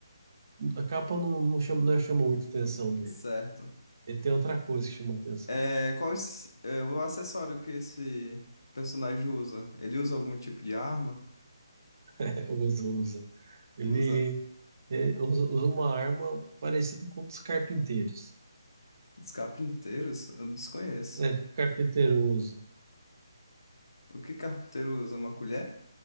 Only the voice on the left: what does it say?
Certo.
É, qual es- é, o acessório que esse personagem usa? Ele usa algum tipo de arma?
Usa?
Os carpinteiros? Eu desconheço.
O que carpinteiro usa? Uma colher?